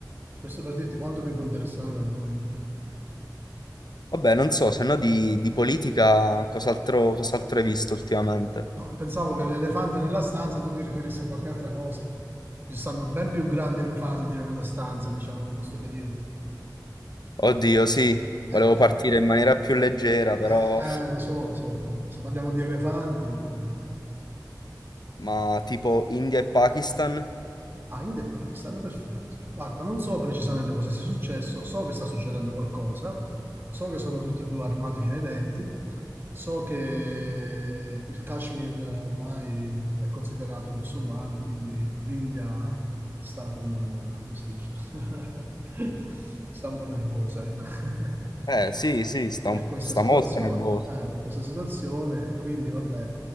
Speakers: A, on the right; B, on the left.
A: questo per dirti quanto mi può interessare l'argomento.
B: Vabbè, non so, se no di, di politica cos'altro cos'altro hai visto ultimamente?
A: No, pensavo che l'elefante nella stanza tu ti riferissi a qualche altra cosa. Ci stanno ben più grandi elefanti nella stanza, diciamo, in questo periodo.
B: Oddio, sì, volevo
A: Eh.
B: partire in maniera più leggera, però...
A: Eh,
B: <laughs>
A: eh, lo so, lo so, però se parliamo di elefanti... eh.
B: Ma tipo India e Pakistan?
A: Ah, India e Pakistan, perfetto. Guarda, non so precisamente cosa sia successo, so che sta succedendo qualcosa, so che sono tutti e due armati fino ai denti, so che il Kashmir ormai è considerato musulmano, quindi l'India sta con, eh, come si dice, <laughs> sta un po' nervosa, ecco. <laughs>
B: Eh sì, sì, sta,
A: per
B: un-
A: questa
B: sta
A: situazione,
B: molto nervoso.
A: eh, per questa situazione e quindi vabbè,